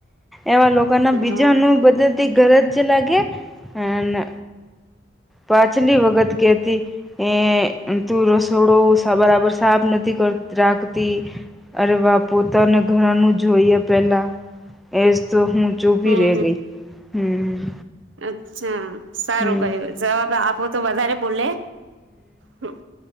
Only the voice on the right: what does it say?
હમ
હમ
હમ
અચ્છા સારું
કયુ જવાબ આપો તો વધારે બોલે હમ